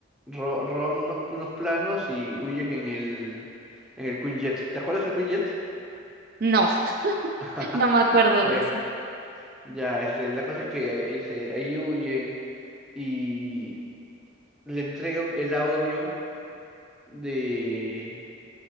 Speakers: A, in the centre; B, on the right (about 45°).
A: ro- roban unos, unos planos y huyen en el, en el Quinjet. ¿Te acuerdas del Quinjet?
B: No, <laughs>
A: <laughs>
B: no me acuerdo
A: Bueno,
B: de ese.
A: ya, este, la cosa es que ahí, ahí se, ahí huyen y le entregan el audio de,